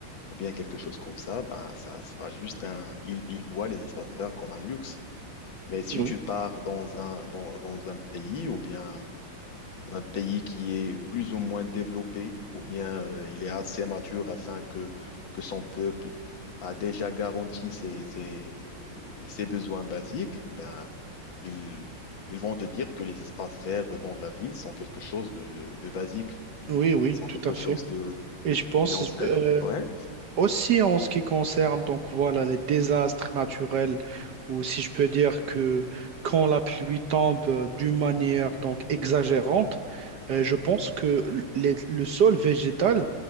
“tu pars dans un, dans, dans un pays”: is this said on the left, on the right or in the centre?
Left